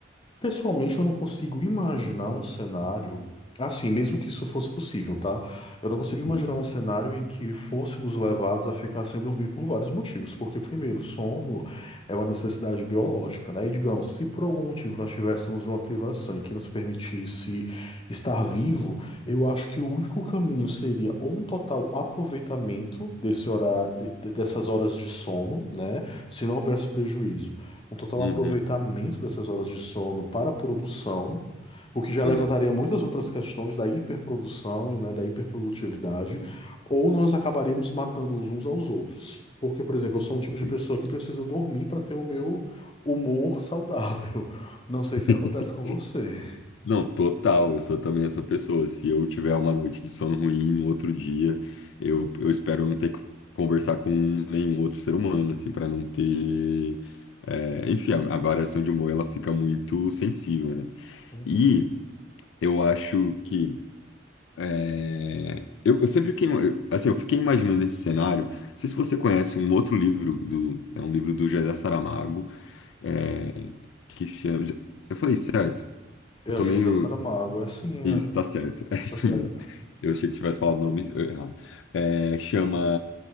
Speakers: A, on the left; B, on the left.
A: Pessoalmente, eu não consigo imaginar um cenário, assim, mesmo que isso fosse possível, tá? Eu não consigo imaginar
B: Uhum.
A: um cenário em que fôssemos levados a ficar sem dormir por vários motivos. Porque, primeiro, sono é uma necessidade biológica, né? E, digamos, se por algum motivo nós tivéssemos uma privação e que nos permitisse estar vivo, eu acho que o único caminho seria ou um total aproveitamento desse horário, de- de- dessas horas de sono, né? Se não houvesse prejuízo um total
B: Uhum,
A: aproveitamento dessas horas de sono para a produção, o que
B: Sim.
A: já levantaria muitas outras questões da hiperprodução e né, da hiperprodutividade, ou nós acabaríamos matando os uns aos outros. Porque, por exemplo,
B: Sim.
A: eu sou um tipo de pessoa que precisa dormir para ter o meu humor saudável. <laughs> Não sei
B: <laughs>
A: se acontece com você.
B: Não, total, eu sou também essa pessoa. Se eu tiver uma noite de sono ruim no outro dia, eu, eu espero não ter que conversar com nenhum outro ser humano, assim, para não ter. é, enfim, a, a variação de humor ela fica muito sensível, né?
A: Uhum.
B: E eu acho que É, Eu, eu sempre fiquei, eu- assim, eu fiquei imaginando esse cenário. Não sei se você conhece um outro livro do, é um livro do José Saramago, é, que se chama. Eu falei certo?
A: Eu
B: Eu tô
A: acho
B: meio,
A: que José Saramago, é assim, é.
B: isso, tá certo. <laughs> É isso
A: Tá certo.
B: mesmo. Eu achei que tivesse falado o nome eh, errado. É, chama